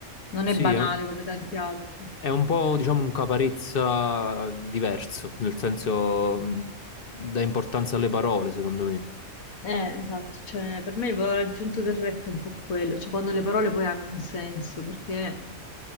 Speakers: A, on the left (about 85°); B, on the left (about 50°).
A: non
B: Sì,
A: è banale
B: eh.
A: come tanti altri.
B: È un po', diciamo, un caparezza diverso, nel senso mh, dà importanza alle parole, secondo me.
A: Eh, esatto, cioè per me il valore aggiunto del rap è un po' quello, cioè quando le parole poi hanno un senso, perché